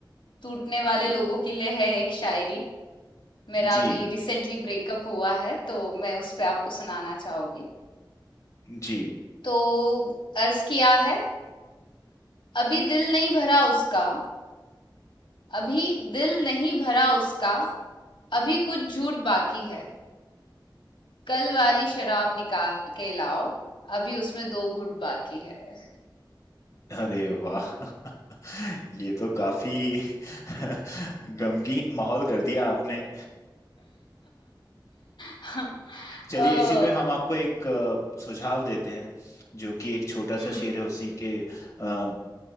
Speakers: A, on the left; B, on the left.
A: टूटने वाले लोगों के लिए है एक शायरी मेरा
B: जी
A: अभी रिसेंटली ब्रेकअप हुआ है तो मैं उस पे आपको सुनाना चाहूंगी
B: जी
A: तो अर्ज किया है अभी दिल नहीं भरा उसका अभी दिल नहीं भरा उसका अभी कुछ झूठ बाकी है कल वाली शराब निकाल के लाओ अभी उसमें दो घूंट बाकी है
B: अरे वाह <laughs> ये तो काफी <laughs> गमगीन माहौल कर दिया आपने
A: <laughs>
B: चलिए
A: ओ
B: इसी पे हम आपको एक अ, सुझाव देते हैं जो कि एक छोटा सा
A: हुँ, हुँ।
B: शेर है उसी के अ,